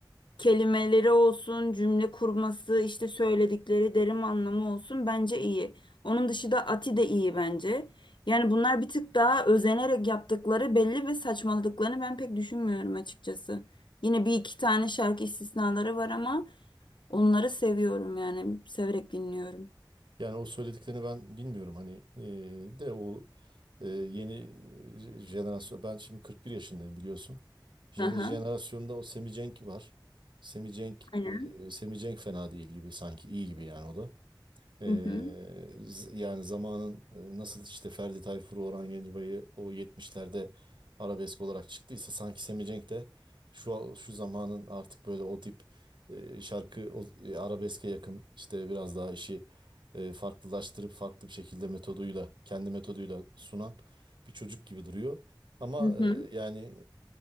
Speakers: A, on the left; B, on the right.
A: kelimeleri olsun, cümle kurması, işte söyledikleri derin anlamı olsun bence iyi. Onun dışında Ati de iyi bence. Yani bunlar bir tık daha özenerek yaptıkları belli ve saçmaladıklarını ben pek düşünmüyorum açıkçası. Yine bir iki tane şarkı istisnaları var ama onları seviyorum yani severek dinliyorum.
B: Yani o söylediklerini ben bilmiyorum hani eee, de o eee, yeni eee, jenerasyon ben şimdi 41 yaşındayım biliyorsun. Yeni
A: Aha.
B: jenerasyonda o Semi Cenk var. Semi Cenk
A: Aynen.
B: eee Semi Cenk fena değil gibi sanki iyi gibi yani o da. Ee,
A: Hı hı.
B: z- yani zamanın e, nasıl işte Ferdi Tayfur'u, Orhan Gencebay'ı o yetmişlerde arabesk olarak çıktıysa sanki Semi de şu şu zamanın artık böyle o tip e, şarkı o, e, arabeske yakın işte biraz daha işi e, farklılaştırıp farklı bir şekilde metoduyla kendi metoduyla sunan bir çocuk gibi duruyor. Ama
A: Hı hı.
B: e, yani